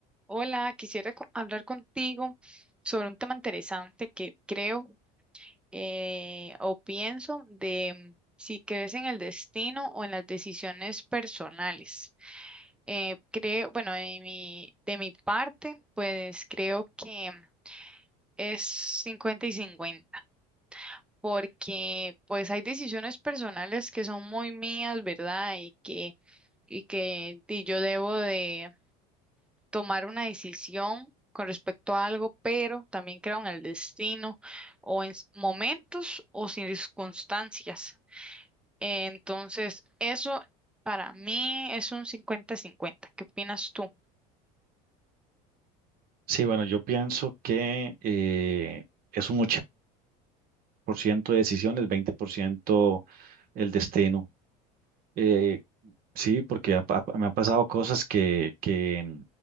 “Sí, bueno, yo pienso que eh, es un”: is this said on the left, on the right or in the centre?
Right